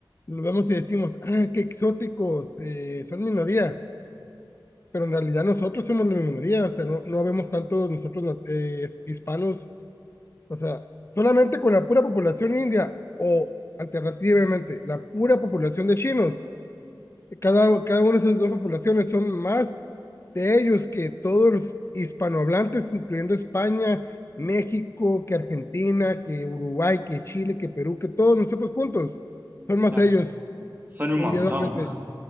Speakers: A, on the left; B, on the right.
A: lo vemos y decimos, ah, qué exóticos, eh, son minoría. Pero en realidad nosotros somos la minoría, o sea, no, no vemos tantos nosotros nat- eh, hispanos O sea, solamente con la pura población india o alternativamente la pura población de chinos, cada, cada una de esas dos poblaciones son más de ellos que todos los hispanohablantes, incluyendo España, México, que Argentina, que Uruguay, que Chile, que Perú, que todos nosotros juntos, son más
B: Claro,
A: ellos
B: son un
A: individualmente.
B: montón.